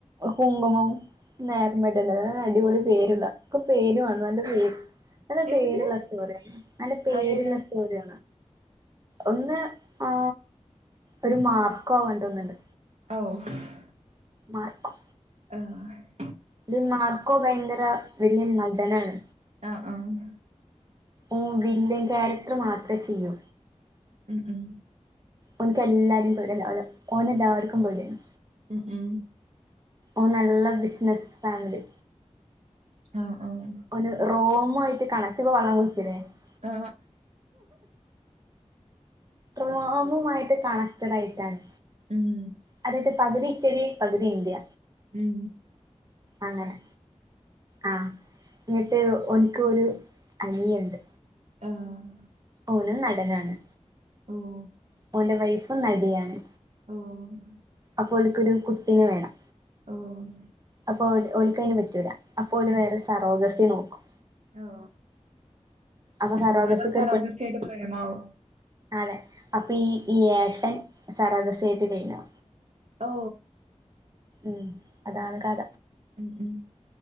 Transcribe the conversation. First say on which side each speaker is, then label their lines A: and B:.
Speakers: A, on the right; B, on the right.
A: കുങ്കുമം നേർമല്യം അടിപൊളി സീരിയലാ പേരു വാണം നല്ല പേര് നല്ല പേരുള്ള
B: എന്ത്
A: സ്റ്റോറി നല്ല പേരുള്ള
B: അതേതാ
A: സ്റ്റോറി ഒന്ന് ആ ഒരു മാർക്കോ ആവാണ്ട്ന്നുണ്ട്
B: <unintelligible>
A: മാർക്കോ
B: <unintelligible>
A: ഇത് മാർക്കോ ഭയങ്കര വല്യ നടനാണ്.
B: ആഹ് ആഹ്
A: ഓൻ വില്ലൻ ക്യാരക്റ്റർ മാത്ര ചെയ്യൂ.
B: ഉം ഉം
A: ഓനക്ക് എല്ലാവാരെ പേടിയാണ് <unintelligible> ഓനെ എല്ലാവര്ക്കും പേടിയാണ്.
B: ഉം ഉം
A: ഓൻ നല്ല ബിസ്നസ് ഫാമിലി
B: ആഹ് ആഹ്
A: ഓന് റോമായിട്ട് പ്പോ വള്ളം കുട്ച്ച് ലോ <unintelligible>
B: ആ
A: റോമ് മായിട്ട് കണക്റ്റടായിട്ടാണ്
B: ഉം
A: അതായത് - പകുതി ഇറ്റലി പകുതി ഇന്ത്യ.
B: ഉം
A: അങ്ങനെ ആ എന്നിട്ട് ഓൻക്ക്‌ ഒര് അനിയണ്ട്
B: ഏഹ്
A: ഓനും നടനാണ്.
B: ഹലോ
A: ഓന്റെ വൈഫും നടിയാണ്.
B: <unintelligible>
A: അപ്പോ ഓൽക്കൊരു കുട്ടീനെ വാണം.
B: ആഹ്
A: അപ്പൊ ഓ ഓല്ക്കയിന് പറ്റൂല അപ്പൊ ഓര്
B: ഉം
A: വേറെ സറോഗസി നോക്കും.
B: ഓ
A: അപ്പൊ സറോഗസിക്ക്
B: ഓൻ പരാഗസിയിട്ട് പ്രമാവും
A: നാലെ അപ്പ ഈ ഈ ഏട്ടൻ സർഗസിയിട്ട് <unintelligible>
B: ഓ
A: ഉം അതാണ് കഥ
B: ഉം ഉം